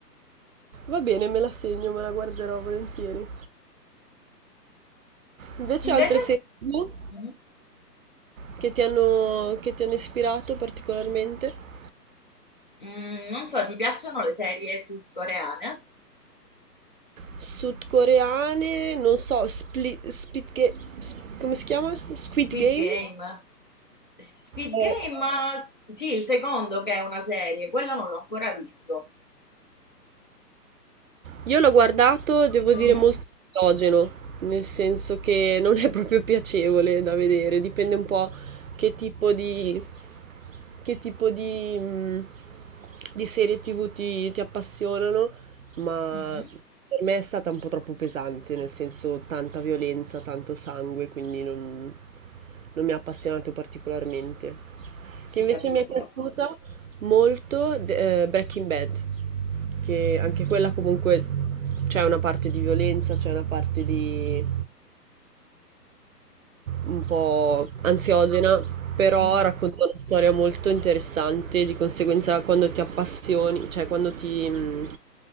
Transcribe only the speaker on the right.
Va bene, me la segno, me la guarderò volentieri. Invece
altre serie TV
che ti hanno, che ti hanno ispirato particolarmente?
Sudcoreane, non so, Split, Spit Ga- s- come si chiama? Squid
Game?
Eh,
Io l'ho guardato, devo
dire, molto esogeno, nel senso che non è proprio piacevole da vedere, dipende un po' che tipo di, che tipo di, mh, di serie TV ti, ti appassionano, ma
per me è stata un po' troppo pesante, nel senso tanta violenza, tanto sangue, quindi non, non mi ha appassionato particolarmente.
Che invece
mi è piaciuta? molto de- eh, Breaking Bad, che anche quella comunque c'è una parte di violenza, c'è una parte di un po' ansiogena, però
racconta una storia molto interessante, di conseguenza quando ti appassioni, cioè quando ti, mh,